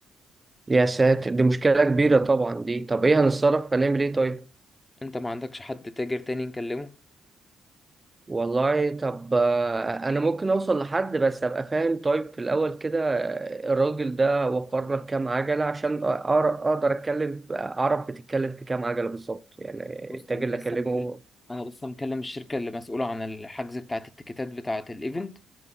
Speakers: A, on the right; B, on the left.
A: يا ساتر دي مشكلة كبيرة طبعا دي طب ايه هنتصرف هنعمل ايه طيب
B: انت ما عندكش حد تاجر تاني نكلمه
A: والله طب آه، انا ممكن اوصل لحد بس ابقى فاهم طيب في الاول كده آه، الراجل ده وفر لك كام عجلة عشان أقر- اقدر اتكلم اعرف بتتكلم في كام عجلة بالظبط يعني
B: بص
A: التاجر
B: انا
A: اللي
B: لسه
A: اكلمه
B: مكلم انا لسه مكلم الشركه اللي مسؤوله عن الحجز بتاعه التيكيتات بتاعه الايفنت